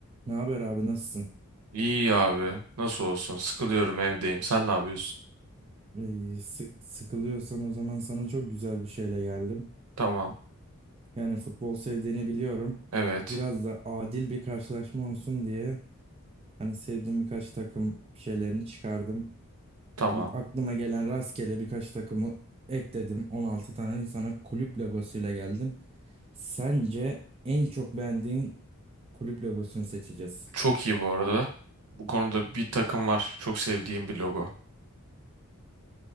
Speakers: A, on the right; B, on the right.
A: Ne haber abi nasılsın?
B: İyi abi. Nasıl olsun? Sıkılıyorum evdeyim. Sen ne yapıyorsun?
A: İyi, sık, sıkılıyorsan o zaman sana çok güzel bir şeyle geldim.
B: Tamam.
A: Yani futbol sevdiğini biliyorum.
B: Evet.
A: Biraz da adil bir karşılaşma olsun diye hani sevdiğim birkaç takım şeylerini çıkardım.
B: Tamam.
A: Bir Aklıma gelen rastgele birkaç takımı ekledim. 16 tane sana kulüp logosuyla geldim. Sence en çok beğendiğin kulüp logosunu seçeceğiz.
B: Çok iyi bu arada. Bu konuda bir takım var. Çok sevdiğim bir logo.